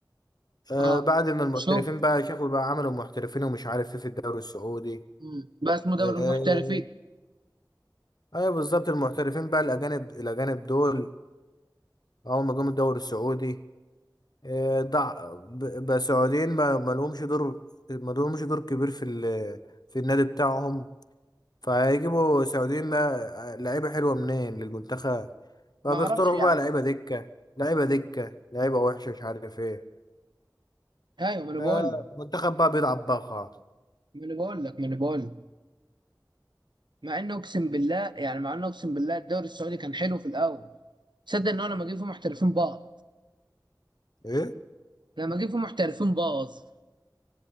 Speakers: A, on the left (about 60°); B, on the right (about 80°).
A: آه
B: اه
A: بعد ما المحترفين
B: شوف
A: بقى شافوا بقى عملوا محترفين ومش عارف ايه في الدوري السعودي
B: مم. بس اسمه دوري
A: آه
B: المحترفين
A: ايوه بالظبط المحترفين بقى الاجانب الاجانب دول اول ما جم الدوري السعودي آه ضع ب- بقى سعوديين بقى ما لهمش دور ما لهمش دور كبير في ال- في النادي بتاعهم فهيجيبوا سعوديين لا لعيبة حلوة منين للمنتخب فبيختاروا
B: ما اعرفش يا
A: بقى
B: عم
A: لعيبة دكة لعيبة دكة لعيبة وحشة مش عارف ايه
B: ايوه ما انا بقول
A: آه، المنتخب بقى بيلعب بقى خالص
B: ما انا بقول لك ما انا بقول لك. مع انه اقسم بالله يعني مع انه اقسم بالله الدوري السعودي كان حلو في الاول تصدق ان هو لما جه فيه محترفين باظ
A: ايه
B: لما جه فيه محترفين باظ